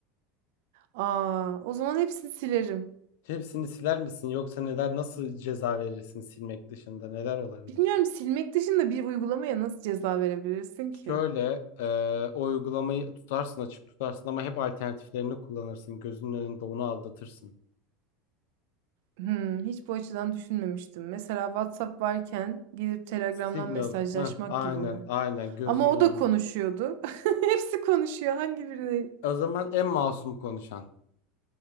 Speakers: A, on the right; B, on the left.
A: Aa, o zaman hepsini silerim.
B: hepsini siler misin yoksa neler nasıl ceza verirsin silmek dışında neler olabilir?
A: Bilmiyorum silmek dışında bir uygulamaya nasıl ceza verebilirsin ki?
B: Şöyle e, o uygulamayı tutarsın açık tutarsın ama hep alternatiflerini kullanırsın. Gözünün önünde onu aldatırsın.
A: Hmm, hiç bu açıdan düşünmemiştim. Mesela WhatsApp varken gidip Telegram'dan
B: Signal.
A: mesajlaşmak
B: Heh, aynen
A: gibi mi?
B: aynen gözünün
A: Ama o
B: önünde.
A: da konuşuyordu. <laughs> Hepsi konuşuyor. Hangi birini?
B: O zaman en masum konuşan.